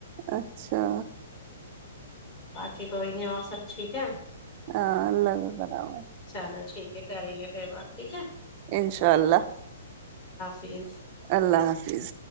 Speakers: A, on the right (about 30°); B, on the left (about 30°).
A: اچھا
B: باقی کوئی نہیں اور سب ٹھیک ہے
A: ہاں الگ کراابا
B: چلو ٹھیک کریں گے پھر بات ٹھیک ہے
A: انشاء اللہ
B: پی <unintelligible>
A: اللہ حافظ